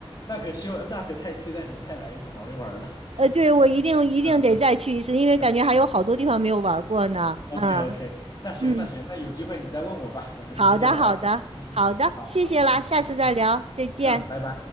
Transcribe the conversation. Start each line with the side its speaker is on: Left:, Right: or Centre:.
Left: 那可希望那可太期待你再来玩一玩了。
Right: <laughs> 呃，对我一定一定得再去一次，
Left: <laughs> 嗯嗯，
Right: 因为感觉还有好多地方没有玩过呢，
Left: 行，OK
Right: 嗯
Left: OK，那行那行，
Right: 嗯，
Left: 那有机会你再问我吧，我们今天就聊到这儿。
Right: 好的好的好的，
Left: 嗯嗯，好好，
Right: 谢谢啦，
Left: 行，
Right: 下次再聊，
Left: 嗯嗯
Right: 再见。
Left: 嗯，拜拜。